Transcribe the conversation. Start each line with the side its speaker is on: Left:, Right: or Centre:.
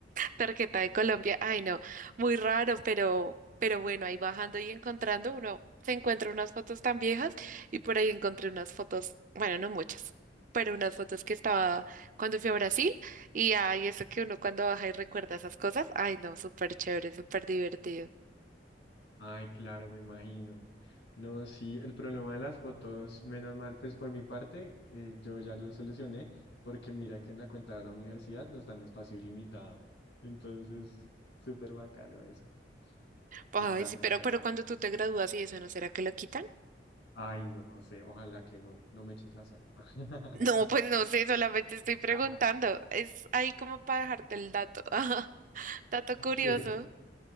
Right: Tarjeta de Colombia, ay no, muy raro, pero, pero bueno, ahí bajando y encontrando uno se encuentra unas fotos tan viejas y por ahí encontré unas fotos, bueno, no muchas, pero unas fotos que estaba cuando fui a Brasil y ay, eso que uno cuando baja y recuerda esas cosas, ay no, súper chévere, súper divertido.
Left: Ay, claro, me imagino. No, sí, el problema de las fotos, menos mal, pues por mi parte, eh, yo ya lo solucioné, porque mira que en la cuenta de la universidad nos dan espacio ilimitado. Entonces, súper bacano eso.
Right: Ay,
Left: Está,
Right: sí,
Left: está
Right: pero, pero
Left: bueno,
Right: cuando
Left: la
Right: tú
Left: verdad.
Right: te gradúas y eso, ¿no será que lo quitan?
Left: Ay, no, no sé, ojalá que no, no me eches la sal. <laughs>
Right: No, pues no sé, solamente estoy preguntando,
Left: <laughs>
Right: es ahí como para dejarte el dato, <laughs> dato curioso.
Left: Sí.